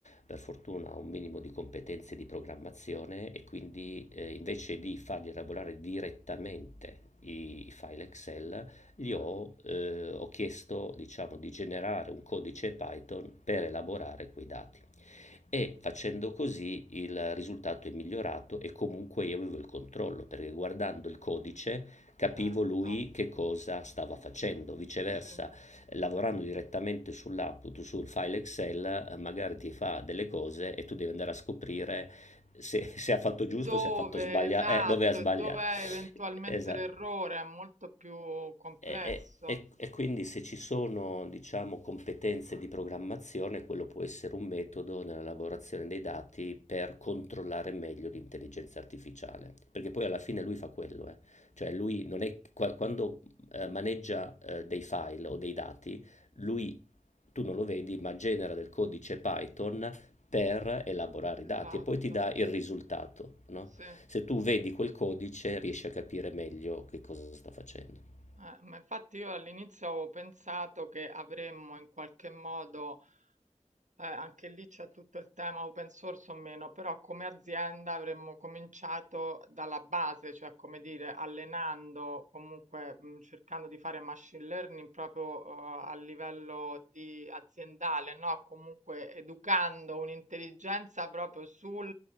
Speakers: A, on the left; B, on the right.
A: per fortuna ho un minimo di competenze di programmazione e quindi eh, invece di fargli elaborare direttamente i, i file Excel, gli
B: eh,
A: ho, eh, ho chiesto, diciamo, di generare un codice Python per elaborare quei dati. E facendo così il risultato è migliorato e comunque io avevo il controllo, perché guardando il codice capivo
B: certo,
A: lui che cosa stava facendo. Viceversa,
B: sì.
A: lavorando direttamente sull'output, sul file Excel, eh, magari ti fa delle cose e tu devi andare a scoprire se, se ha fatto giusto,
B: Dove,
A: se ha fatto sbagliato,
B: esatto,
A: eh, dove ha sbagliato.
B: e dove è eventualmente
A: Esatto.
B: l'errore, è molto più complesso.
A: E, e- e- e quindi se ci sono, diciamo, competenze di programmazione, quello può essere un metodo nella lavorazione dei dati per controllare meglio l'intelligenza artificiale, perché poi alla fine lui fa quello, eh. Cioè lui non è, qua- quando eh, maneggia eh, dei file o dei dati, lui, tu non lo vedi, ma genera del codice Python per elaborare i dati
B: Esatto,
A: e poi ti dà il risultato, no?
B: sì.
A: Se tu vedi quel codice riesci a capire meglio che cosa sta facendo.
B: Eh, ma infatti io all'inizio avevo pensato che avremmo in qualche modo eh, anche lì c'è tutto il tema open source o meno, però come azienda avremmo cominciato dalla base, cioè come dire, allenando, comunque mh, cercando di fare machine learning proprio eh, a livello di aziendale, no? Comunque educando un'intelligenza proprio sui